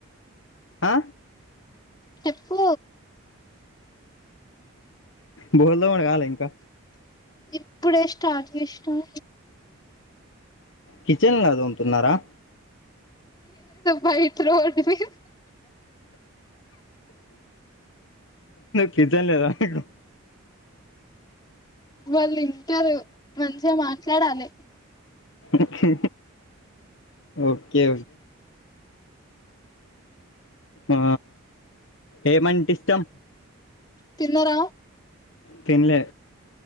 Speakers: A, on the left; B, on the left.
A: ఆ
B: చెప్పు
A: బోల్దు బడగాలి ఇంకా
B: ఇప్పుడే స్టార్ట్ చేస్న
A: కిచెన్ లో తింటున్నారా
B: బయట రోడ్డు మీద
A: కిచెన్ ల <unintelligible>
B: వాళ్ళు ఇంటారు మంచిగా మాట్లాడాలి
A: ఓకే ఓకే ఆ ఏమంటె ఇష్టం
B: తిన్నార
A: తిన్లే